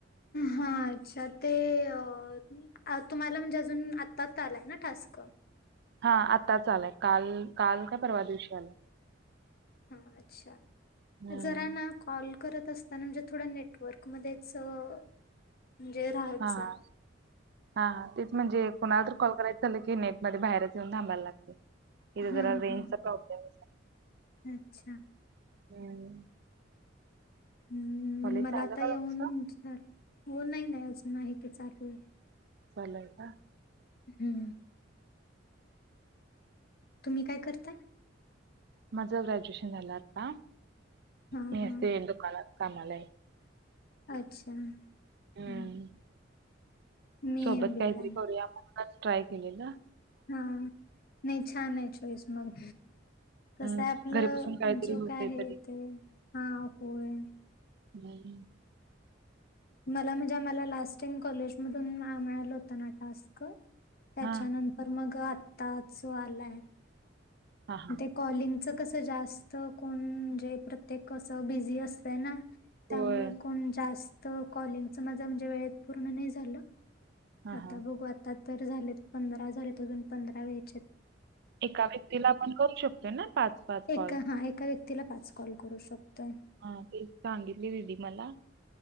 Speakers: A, on the left; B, on the right.
A: हा, अच्छा ते अ तुम्हाला म्हणजे अजून, आत्ताच आलाय ना ठास्क?
B: हा आत्ता आलाय, काल, काल का परवा दिवशी आलाय.
A: हा अच्छा,
B: हम्म
A: जरा ना कॉल करत असताना म्हणजे थोडं नेटवर्क मध्येच, म्हणजे राहत
B: हा
A: जा.
B: हा तेच म्हणजे कुणाला तर कॉल करायचं झालं की नेट मध्ये बाहेरच येऊन थांबाय लागतय. इथं
A: हा
B: जरा, रेंज
A: हा
B: चा प्रॉब्लेम होता
A: अच्छा
B: हम्म
A: हम्म,
B: कॉलेज
A: मण मला
B: झालं
A: आता
B: का
A: येऊन
B: तुमचं?
A: जात, फोन नाही ना, नाही की चालूय
B: चालूय का?
A: हम्म तुम्ही काय करता?
B: माझं ग्रॅज्युएशन झालंआता
A: हा
B: मी
A: हा
B: असते दुकानात कामाला हाय.
A: अच्छा
B: हम्म
A: हा मी
B: सोबत
A: एम बी
B: काहीतरी
A: ए ला आहे.
B: करूया म्हणूनच ट्राय केलेल.
A: हा, नाही छान हाय चोईस मग. कसंय
B: हम्म
A: आपलं,
B: घरी बसून काहीतरी
A: जो
B: होतय
A: काय आहे
B: तरी
A: ते हा होय
B: झाली
A: मला म्हणजे, आम्हाला लास्ट टाईम कॉलेजमधून मिळालं होत ना टास्क, त्याच्यानंतर
B: हा
A: तर मग आत्ताच आलाय.
B: हा हा
A: ते कॉलिंगच कसं जास्त कोण म्हणजे प्रत्येक कसं बिझी असतंय ना त्यामुळे
B: होय
A: कोण जास्त कॉलिंगच माझा म्हणजे वेळेत पूर्ण नाही झालं.
B: हा
A: आता
B: हा
A: बघू आता तर झाले पंधरा झालेत अजून पंधरा व्यायचेत.
B: एका व्यक्तीला आपण करू शकतोय ना पाच? पाच
A: एका,
B: कॉल
A: हा एका व्यक्तीला पाच कॉल करू शकतोय
B: हा तेच सांगितले दिदी मला,